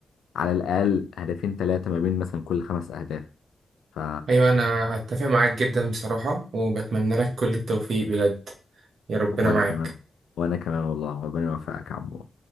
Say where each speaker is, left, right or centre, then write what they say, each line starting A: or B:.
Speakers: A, on the left (about 85°); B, on the right (about 75°).
A: على الاقل هدفين ثلاثه ما بين مثلا كل خمس اهداف ف
B: ايوه انا اتفق معاك جدا بصراحه وبتمنى لك كل التوفيق بجد يا ربنا
A: وانا
B: معاك
A: كمان وانا كمان والله ربنا يوفقك يا عمو